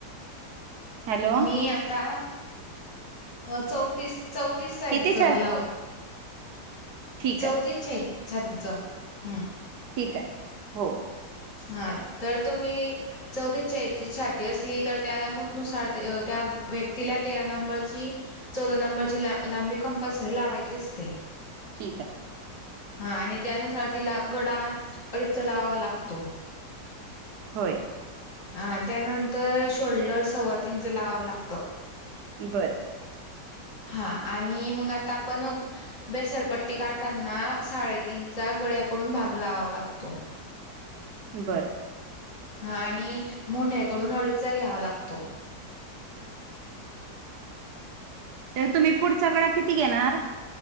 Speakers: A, on the right (about 70°); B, on the left (about 45°).
A: हॅलो
B: मी आता चौतीस चौतीस साइजचं
A: किती छान
B: ब्ला
A: ठीक
B: चौथीच
A: आहे
B: छातीच. हम्.
A: ठीक आहे. हो.
B: हा. तर तुम्ही चौथीस चाळीस छाती असली तर त्यानुसार त्या व्यक्तीला तेरा नंबरची चौदा नंबरची ला लांबी कंपल्सरी लावायची असते.
A: ठीक आहे.
B: हा. आणि त्यानुसार तिला गडा अडीचा लावावा लागतो.
A: होय.
B: ह त्यानंतर शोल्डर सव्वा तीनच लावावं लागत.
A: बरं.
B: हा आणि मग आता आपण बेसरपट्टी काढताना साडेतीनचा गळ्याकडून भाग लावावा लागतो.
A: बरं.
B: हा आणि मुंढ्याकडून अडीचा घ्यावा लागतो.
A: तर तुम्ही पुढचा गळा किती घेणार?